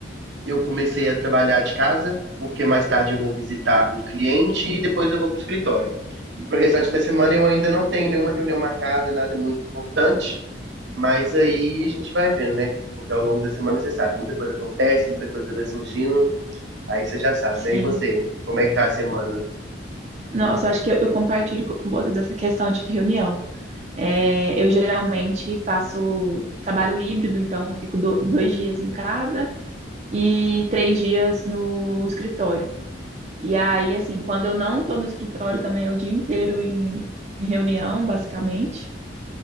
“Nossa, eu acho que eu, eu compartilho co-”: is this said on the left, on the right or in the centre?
Right